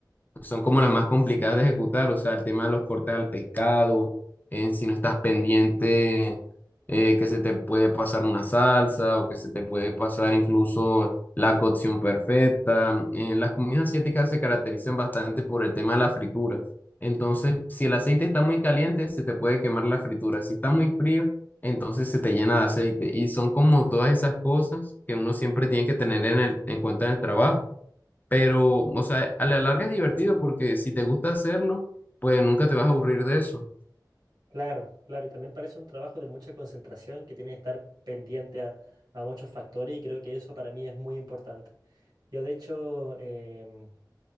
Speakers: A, on the left (about 25°); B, on the right (about 65°).
A: son como las más complicadas de ejecutar, o sea, el tema de los cortes al pescado, eh, si no estás pendiente, eh, que se te puede pasar una salsa o que se te puede pasar incluso la cocción perfecta. Eh, las comidas asiáticas se caracterizan bastante por el tema de la fritura. Entonces, si el aceite está muy caliente, se te puede quemar la fritura. Si está muy frío, entonces se te llena de aceite. Y son como todas esas cosas que uno siempre tiene que tener en el, en cuenta en el trabajo. Pero, o sea, a la larga es divertido porque si te gusta hacerlo, pues nunca te vas a aburrir de eso.
B: Claro, claro, y también parece un trabajo de mucha concentración que tiene que estar pendiente a, a muchos factores y creo que eso para mí es muy importante. Yo de hecho em,